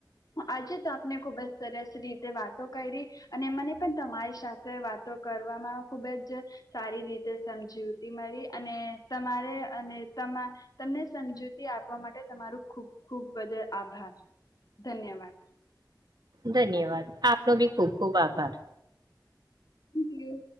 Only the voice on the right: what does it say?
ધન્યવાદ. આપનો ભી ખુબ ખુબ આભાર.